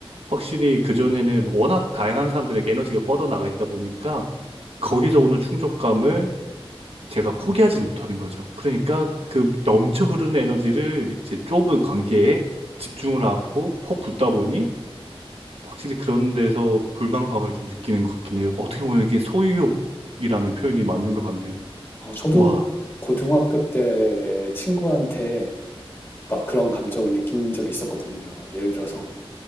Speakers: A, on the right; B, on the left.
A: 확실히 그전에는 워낙 다양한 사람들에게 에너지가 뻗어나가 있다 보니까, 거기서 오는 충족감을 제가 포기하지 못하는 거죠. 그러니까 그 넘쳐 흐르는 에너지를 이제 좁은 관계에 집중을 하고 퍼붓다 보니 확실히 그런 데서 불만감을 좀 느끼는 것 같긴 해요. 어떻게 보면 이게 소유욕이라는 표현이 맞는 것 같네요.
B: 어, 저도
A: 와.
B: 고등학교 때 친구한테 막 그런 감정을 느낀 적이 있었거든요. 예를 들어서